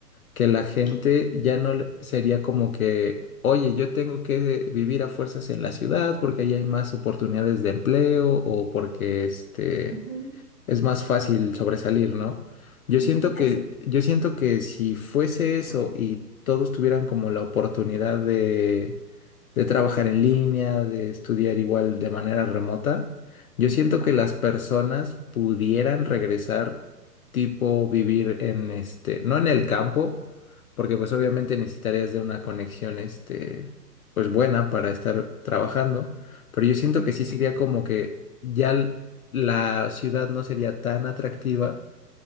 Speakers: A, on the left (about 60°); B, on the right (about 35°).
A: que la gente ya no le- sería como que, oye, yo tengo que vivir a fuerzas en la ciudad porque ahí hay más oportunidades de empleo o porque este
B: Ujú,
A: es más fácil sobresalir, ¿no? Yo siento
B: Sí, sí.
A: Así. que, yo siento que si fuese eso y todos tuvieran como la oportunidad de, de trabajar en línea, de estudiar igual de manera remota, yo
B: Ujú,
A: siento que las personas pudieran regresar, tipo vivir en este, no en el campo, porque pues obviamente necesitarías de una conexión este, pues buena para estar trabajando, pero yo siento
B: ujú,
A: que sí sería como que ya la ciudad no sería tan atractiva